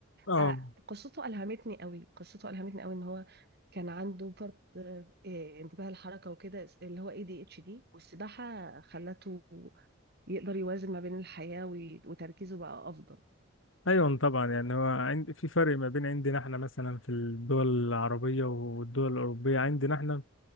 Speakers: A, on the left (about 75°); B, on the right (about 55°).
A: اه
B: آه قصته ألهمتني قوي قصته ألهمتني قوي إن هو كان عنده فرط آه إيه، انتباه الحركة وكده اللي هو اي دي اتش دي والسباحة خلته يقدر يوازن ما بين الحياة وي- وتركيزه بقى أفضل
A: ايوه طبعا يعني هو عند في فرق ما بين عندنا احنا مثلا في الدول العربية والدول الأوروبية عندنا احنا